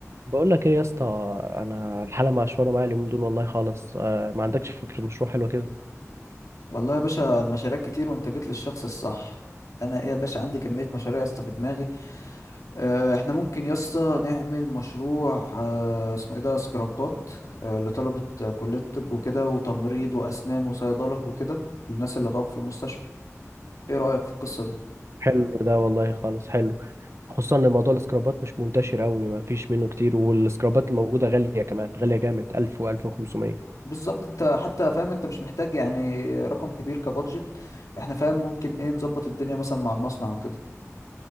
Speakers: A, on the right; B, on the left.
A: بقول لك ايه يا اسطى انا الحاله مقشوره معايا اليومين دول والله خالص آه، ما عندكش فكره مشروع حلوه كده
B: والله يا باشا المشاريع كتير وانت جيت للشخص الصح انا ايه يا باشا عندي كمية مشاريع يا اسطى في دماغي اه احنا ممكن يا اسطى نعمل مشروع اه اسمه ايه ده سكرابات اه لطلبة آه، كلية طب وكده وتمريض واسنان وصيدلة وكده الناس اللي هتقف في المستشفى ايه رأيك في القصة دي
A: حلو ده والله خالص حلو خصوصا ان موضوع السكرابات مش منتشر قوي ما فيش منه كتير والسكرابات الموجوده غاليه كمان غاليه جامد 1000 و1500
B: بالظبط انت حتى فاهم انت مش محتاج يعني رقم كبير كبادجت احنا فاهم ممكن ايه نظبط الدنيا مثلا مع المصنع وكده